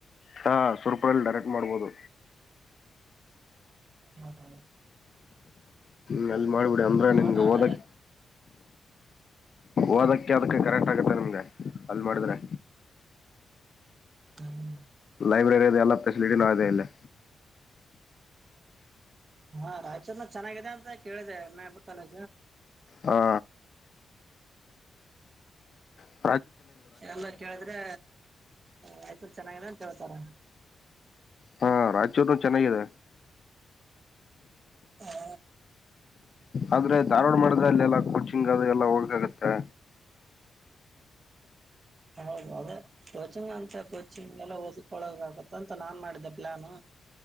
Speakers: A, on the left; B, on the right.
A: ಹಾ ಸುರ್ಪುರಲ್ಲಿ ಡೈರೆಕ್ಟ್ ಮಾಡ್ಬೋದು
B: ಹ್ಮ ಹಾ
A: ನಲ್ಲಿ ಮಾಡ್ಬಿಡಿ ಅಂದ್ರೆ
B: ನೋಡೋಣ
A: ನಿನ್ಗೆ ಹಓದಕ್ ಓದಕ್ಕೆ ಅದಕ್ಕೆ ಕರೆಕ್ಟ್ ಆಗತ್ತೆ ನಿಮ್ಗೆ ಅಲ್ಲಿ ಮಾಡಿದ್ರೆ
B: ಹ್ಮ್
A: ಲೈಬ್ರರಿ ಅದೆ ಎಲ್ಲ ಫೆಸಿಲಿಟಿ ನಾ ಇದೆ ಇಲ್ಲಿ
B: ಹಾ ರಾಯಚೂರ್ನ ಚೆನ್ನಾಗಿದೆ ಅಂತ ಕೇಳಿದೆ ಮ ಬತ್ತಲ
A: ಹಾ ಹಾ
B: ಎಲ್ಲ ಕೇಳಿದ್ರೆ ರಾಯಚೂರು ಚೆನ್ನಾಗಿದೆ ಅಂತ ಹೇಳ್ತಾರ
A: ಹಾ ರಾಯಚೂರ್ನು ಚೆನ್ನಾಗಿದೆ
B: ಹಾ
A: ಆದ್ರೆ ಧಾರವಾಡ ಮಾಡಿದ್ರೆ ಅಲ್ಲೆಲ್ಲ ಕೋಚಿಂಗ್ ಅದು ಎಲ್ಲ ಹಳ್ಕ ಆಗತ್ತೆ
B: ಹೌದು ಅದೇ ಕೋಚಿಂಗ್ ಅಂತ ಕೋಚಿಂಗ್ ಎಲ್ಲ ಓದ್ಕೊಳ್ಳಳಕ್ ಆಗುತ್ತ ಅಂತ ನಾನ್ ಮಾಡಿದ್ದೆ ಪ್ಲಾನ್